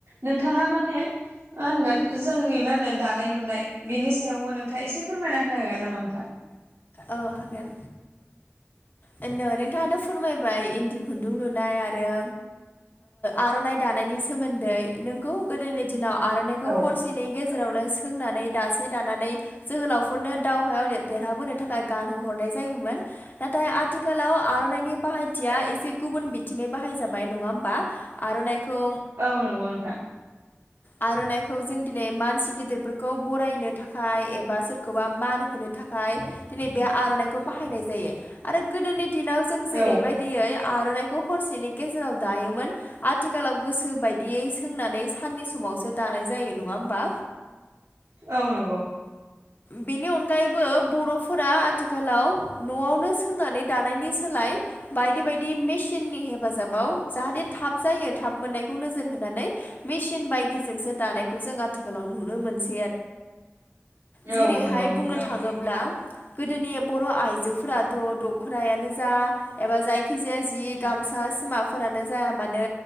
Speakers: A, on the right; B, on the left.
A: नोंथाङा माने मा होनगोन जोंनि मा होनो दानाय लुनाय बेनि सायावबो नोंथाङा एसे फोरमायना होनो हागोन नामा नोंथां
B: औ हागोन <unintelligible> नोंथाङाथ' फोरमायबाय इन्दि खुन्दुं लुनाय आरो आर'नाइ दानायनि सोमोन्दै नोंगौ गोदोनि दिनाव आर'नाइखौ
A: औ
B: हरसेनि गेजेरावनो सोंनानै दासे दानानै जोहोलावफोरनो दावहायाव देरहाबोनो थाखाय गानहोहरनाय जायोमोन नाथाय आथिखालाव आर'नाइनि बाहाय थिया एसे गुबुन बिथिङै बाहायजाबाय नङा होमबा आर'नाइखौ
A: औ नंगौ नोंथां
B: आर'नाइखौ जों दिनै मानसि गेदिरफोरखौ खौ बरायनो थाखाय एबा सोरखौबा मान होनो थाखाय दिनै बे आर'नाइखौ बाहायनाय जायो आरो गोदोनि दिनाव जों
A: औ
B: जेरैबायदियै आर'नाइखौ हरसेनि गेजेराव दायोमोन आथिखालाव गोसो बायदियै सोंनानै साननि समावसो दानाय जायो नङा होमबा
A: औ नांगौ
B: बेनि अनगायैबो बर'फोरा आथिखालाव न'आवनो सोंनानै दानायनि सोलाय बायदि बायदि मेसिननि हेफाजाबाव जाहाथे थाब जायो थाब मोननायखौ नोजोर होनानै मेसिन बायदिजोंसो दानायखौ जों आथिखालाव नुनो मोनसै जेरैहाय
A: औ नंगौ नोंथां
B: बुंनो थाङोब्ला गोदोनि बर' आइजोफोराथ' दख'नायानो जा एबा जायखिजाया जि गामसा सिमाफोरानो जाया मानो